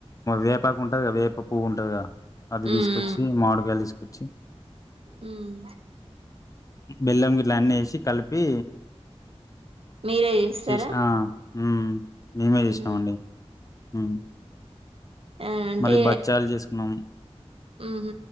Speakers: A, on the left (about 30°); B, on the right (about 60°).
A: వేపాకు ఉంటుంది కదా వేప పువ్వు ఉంటుందిగా అది తీసుకొచ్చి
B: మ్మ్
A: మాడిగాయలు తీసుకొచ్చి
B: మ్మ్
A: బెల్లం గిట్లా అన్ని ఏసీ కలిపి
B: మీరే చేస్తారా
A: చేసి ఆ! హ్మ్ మేమే చేసినామ
B: మ్మ్
A: అండి హ్మ్
B: ఆ అంటే
A: మరి బచ్చాలు చేసుకున్నాము
B: మ్మ్